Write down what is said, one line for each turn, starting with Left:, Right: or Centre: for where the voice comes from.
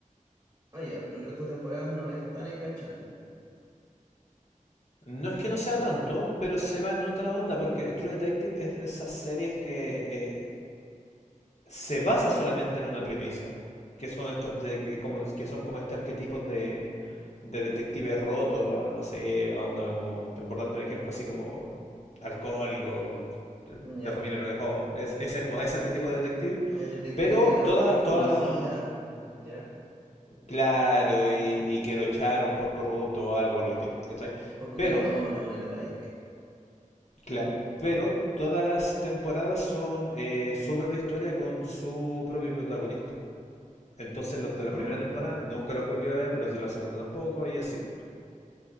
Right: Ah, ya, pero el resto de temporadas no es tan enganchante.
Left: No es que no sea tanto, pero se va en otra onda, porque True Detective es de esas series que eh, se basa solamente en una premisa, que son estos de, que, como, que son como este arquetipo de, de detective roto, no sé, onda como, por darte un ejemplo, así como alcohólico, el-
Right: Ya.
Left: la familia lo dejó, es, ese como ese arquetipo
Right: De-
Left: de detective,
Right: El detective
Left: pero
Right: privado
Left: toda,
Right: que fue
Left: toda
Right: policía,
Left: la-
Right: ¿ya?
Left: claro, y, y que lo echaron por corrupto o algo por el estilo, ¿cachai?
Right: Por cocainómano
Left: Pero
Right: en la valla, ok.
Left: Claro, pero todas las temporadas son eh, su propia historia con su propio protagonista. Entonces los de la
Right: Ah,
Left: primera temporada nunca los volví a ver, los de la segunda tampoco, y así.